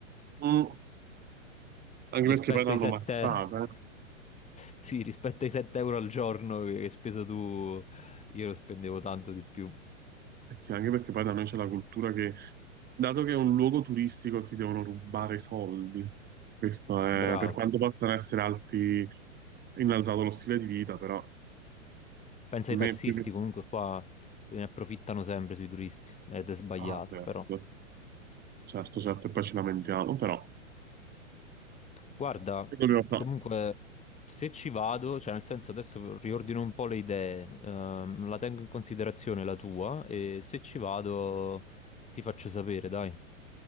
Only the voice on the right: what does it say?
Mm, anche
perché poi l'hanno
mazzata,
eh.
Eh sì, anche perché poi da noi c'è la cultura che, dato che è un luogo turistico, ti devono rubare i soldi. Questo è,
per quanto possano essere alti, innalzato lo stile di vita, però a
me
è più che...
Ah, certo,
certo, certo, e poi ci lamentiamo, però...
che dobbiamo fare?